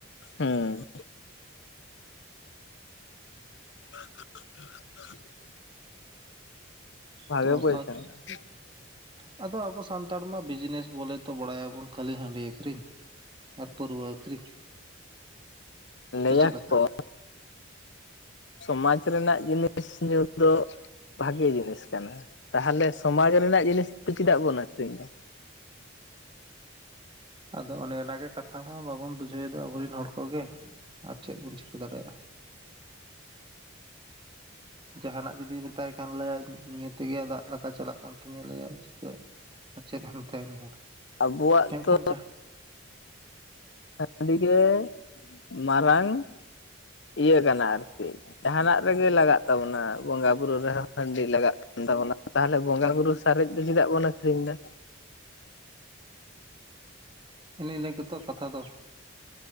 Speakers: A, on the left (about 55°); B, on the right (about 25°).
A: ᱦᱩᱸ <unintelligible> ᱵᱷᱟᱜᱮ
B: ᱛᱚᱣᱟ
A: ᱯᱚᱭᱥᱟ
B: ᱠᱚ ᱟᱹᱠᱷᱨᱤᱧ
A: ᱢᱮᱱᱟᱜᱼᱟ
B: ᱠᱟᱛᱮ ᱟᱫᱚ ᱟᱵᱚ ᱥᱟᱱᱛᱟᱲ ᱢᱟ ᱵᱤᱡᱽᱱᱮᱥ ᱵᱚᱞᱮ ᱛᱚ ᱵᱟᱲᱟᱭ ᱟᱵᱚᱱ ᱠᱷᱟᱹᱞᱤ ᱦᱟᱺᱰᱤ ᱟᱹᱷᱨᱤᱧ ᱟᱨ ᱯᱟᱹᱨᱣᱟᱹ ᱟᱹᱠᱷᱨᱤᱧ
A: ᱞᱟᱹᱭ
B: ᱥᱮ ᱪᱮᱫ
A: ᱟᱠᱚ
B: ᱞᱮᱠᱟ
A: ᱥᱚᱢᱟᱡᱽ ᱨᱮᱱᱟᱜ ᱡᱤᱱᱤᱥ ᱧᱩ ᱫᱚ ᱵᱷᱟᱜᱮ ᱡᱤᱱᱤᱥ ᱠᱟᱱᱟ ᱛᱟᱦᱚᱞᱮ ᱥᱚᱢᱟᱡᱽ ᱨᱮᱱᱟᱜ ᱡᱤᱱᱤᱥ ᱫᱚ ᱪᱮᱫᱟᱜ ᱵᱚᱱ ᱟᱹᱷᱨᱤᱧ ᱫᱟ
B: ᱟᱫᱚ ᱚᱸᱱᱮ ᱚᱱᱟ ᱜᱮ ᱠᱟᱛᱷᱟ ᱦᱚᱸ ᱵᱟᱵᱚᱱ ᱵᱩᱡᱷᱟᱹᱣ ᱮᱫᱟ ᱟᱵᱚᱨᱮᱱ ᱦᱚᱲ ᱠᱚᱜᱮ ᱟᱨ ᱪᱮᱫ ᱵᱚᱱ ᱪᱤᱠᱟᱹ ᱫᱟᱲᱮᱭᱟᱜᱼᱟ ᱡᱟᱦᱟᱱᱼᱟᱜ ᱡᱩᱫᱤ ᱢᱮᱛᱟᱭ ᱠᱷᱟᱱ ᱞᱟᱹᱭᱟᱭ ᱱᱤᱭᱟᱹ ᱛᱮᱜᱮ ᱫᱟᱜ ᱞᱮᱠᱟ ᱪᱟᱞᱟᱜ ᱠᱟᱱ ᱛᱤᱧᱟᱹ ᱞᱟᱹᱭ ᱟᱭ ᱪᱤᱠᱟᱹ ᱟᱨ ᱪᱮᱫᱮᱢ ᱢᱮᱭᱟ ᱩᱱᱤ ᱦᱚᱲ
A: ᱟᱵᱚᱣᱼᱟᱜ
B: ᱢᱮᱱᱠᱷᱟᱱ
A: ᱛᱚ
B: ᱡᱟ
A: ᱦᱟᱹᱰᱤ ᱜᱮ ᱢᱟᱨᱟᱝ ᱤᱭᱟᱹ ᱠᱟᱱᱟ ᱟᱨᱠᱤ ᱡᱟᱦᱟᱱᱼᱟᱜ ᱨᱮᱜᱮ ᱞᱟᱜᱟᱜ ᱛᱟᱵᱚᱱᱟ ᱵᱚᱸᱜᱟ ᱵᱩᱨᱩ ᱨᱮᱦᱚᱸ ᱦᱟᱹᱰᱤ ᱞᱟᱜᱟᱜ ᱛᱟᱵᱚᱱᱟ ᱛᱟᱦᱚᱞᱮ ᱵᱚᱸᱜᱟ ᱵᱩᱨᱩ ᱥᱟᱨᱮᱡ ᱫᱚ ᱪᱮᱫᱟᱜ ᱵᱚᱱ ᱟᱹᱠᱷᱨᱤᱧ ᱮᱫᱟ
B: ᱮᱱᱮ ᱤᱱᱟᱹ ᱜᱮᱛᱚ ᱠᱟᱛᱷᱟ ᱫᱚ